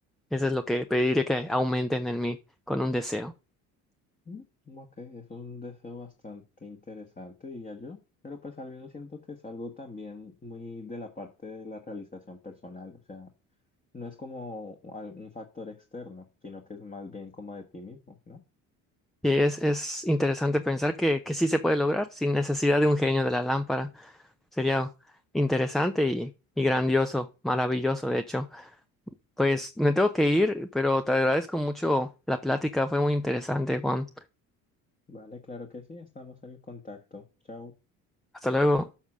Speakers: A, in the centre; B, on the left.
A: Eso es lo que pediría que aumenten en mí con un deseo.
B: Mm, Ok, es un deseo bastante interesante, diría yo, pero pues al menos siento que es algo también muy de la parte de la realización personal, o sea, no es como al- un factor externo, sino que es más bien como de ti mismo, ¿no?
A: Y es, es interesante pensar que, que sí se puede lograr sin necesidad de un genio de la lámpara. Sería interesante y, y grandioso, maravilloso, de hecho. Pues me tengo que ir, pero te agradezco mucho la plática, fue muy interesante, Juan.
B: Vale, claro que sí, estamos en contacto. Chao.
A: Hasta luego.